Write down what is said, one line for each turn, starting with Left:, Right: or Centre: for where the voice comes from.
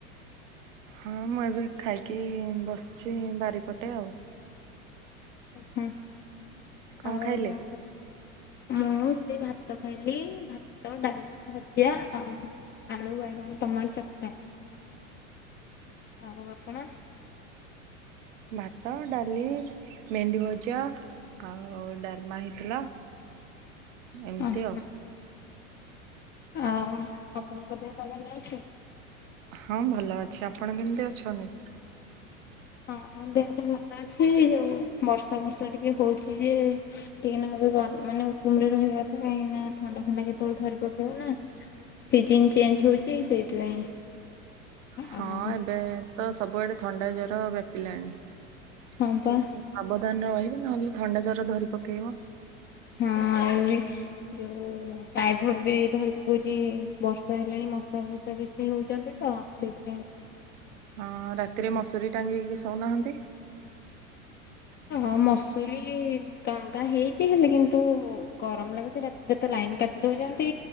Right: ହଁ ମୁଁ ଏବେ ଖାଇକି ବସିଚି ବାରିପଟେ ଆଉ।
Left: ଉଁ ହୁଁ।
Right: କଣ
Left: ଆଉ
Right: ଖାଇଲେ।
Left: ଆପଣଙ୍କ ମୁଁ ସେ ଭାତ ଖାଇଲି ଭାତ ଡାଲି ଭଜିଆ ଆଉ ଆଳୁ ବାଇଗଣ ଟମାଟ ଚକଟା ଆଉ ଆପଣ।
Right: ଭାତ ଡାଲି ମେଣ୍ଡି ଭଜା ଆଉ ଡାଲମା ହେଇଥିଲା। ଏମତି
Left: ଓହୋ
Right: ଆଉ।
Left: ଆଉ ଆପଣଙ୍କ ଦେହ ପା ଭଲ ଅଛି।
Right: ହଁ ଭଲ ଅଛି ଆପଣ କେମତି ଅଛନ୍ତି।
Left: ହଁ ଦେହ ତ ଭଲ ଅଛି ଯୋଉ ବର୍ଷା ଫର୍ଷା ଟିକେ ହଉଚି ଯେ ଟିକେ ନାକୁରୁ ଗ ମାନେ ଉକୁୁମ ରେ ରହିବା କଥା କାହିଁକି ନା ଥଣ୍ଡା ଫଣ୍ଡା କେତେବେଳେ ଧରି ପକେଇବ ନା। ସିଜିନ ଚେଞ୍ଚେ ହୋଉଚି ସେଇଥିପାଇଁ।
Right: ହଁ
Left: ଆଉ
Right: ଏବେ ତ ସବୁଆଡେ ଥଣ୍ଡା ଜର ବ୍ୟାପିଲାଣି।
Left: ହଁ ପାଁ।
Right: ଟିକେ ସାବଧାନ ରହିବେ ନହେଲେ ଥଣ୍ଡା ଜର ଧରି ପକେଇବ।
Left: ହଁ ଏ ବି ଯୋଉ ଟାଇଫଏଡ ବି ଧରି ପକୋଉଚି ବର୍ଷା ହେଲାଣି ମଶା ଫସା <unintelligible> ବେସି ହୋଉଚନ୍ତି ତ ସେଇଥିପାଇଁ।
Right: ହଁ ରାତିରେ ମସୁରୀ ଟାଙ୍ଗିକି ଶଉନାହାନ୍ତି।
Left: ହଁ ମସୁରୀ ଟଙ୍ଗା ହେଇଚି ହେଲେ କିନ୍ତୁ? ଗରମ ଲାଗୁଚି ରାତିରେ ତ ଲାଇନ କାଟି ଦଉଚନ୍ତି।